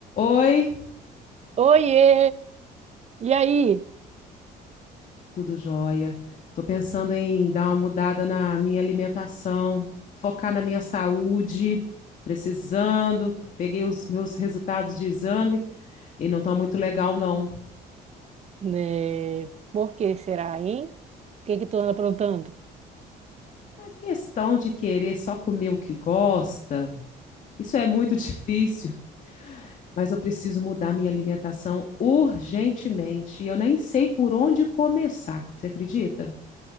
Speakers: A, on the left; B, on the right.
A: Oi,
B: Oiê! E aí?
A: tudo jóia. Tô pensando em dar uma mudada na minha alimentação, focar na minha saúde, precisando. Peguei os meus resultados de exame e não tá muito legal, não.
B: Né? Por que será, hein? O que que tu anda aprontando?
A: A questão de querer só comer o que gosta, isso é muito <laughs> difícil, mas eu preciso mudar minha alimentação urgentemente e eu nem sei por onde começar. Você acredita?